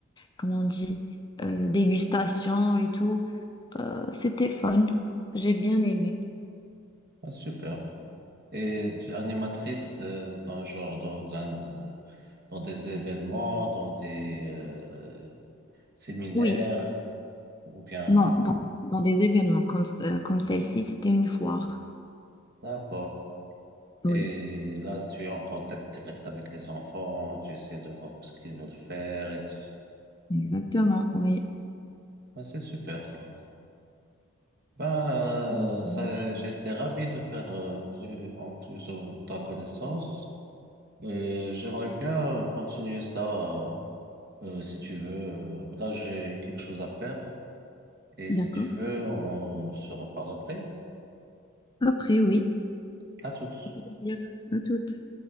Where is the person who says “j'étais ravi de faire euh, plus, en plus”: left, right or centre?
Right